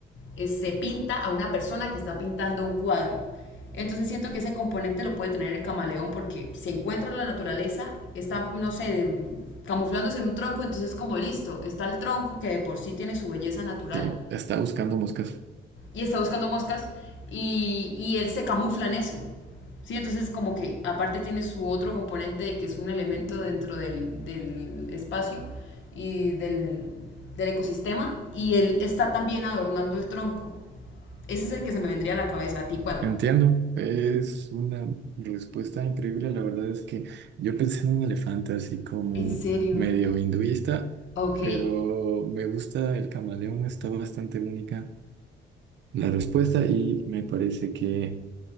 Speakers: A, on the left; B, on the right.
A: eh, se pinta a una persona que está pintando un cuadro. Entonces siento que ese componente lo puede tener el camaleón porque se encuentra en la naturaleza, está, no sé, de- camuflándose en un tronco, entonces como listo, está el tronco que de por sí tiene su belleza natural
B: Sí, está buscando moscas.
A: y está buscando moscas y, y él se camufla en eso. Sí, entonces como que aparte tiene su otro componente de que es un elemento dentro del, del espacio y del, del ecosistema y él está también adornando el tronco. Ese es el que se me vendría a la cabeza. ¿A ti cuál?
B: Entiendo, es una respuesta increíble. La verdad es que yo pensé en un elefante así como
A: ¿En serio?
B: medio hinduista,
A: Ok,
B: pero me gusta el camaleón, está bastante única la respuesta y me parece que